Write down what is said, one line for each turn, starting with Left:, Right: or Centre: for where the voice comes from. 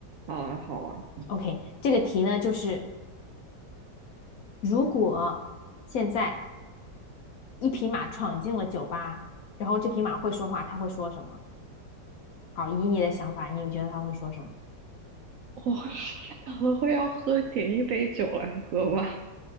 Right: 好啊，好啊，
Left: OK，这个题呢就是如果现在一匹马闯进了酒吧，然后这匹马会说话，它会说什么？好，以你的想法，你觉得它会说什么？
Right: 我 <laughs> 可能会要喝点一杯酒来喝吧。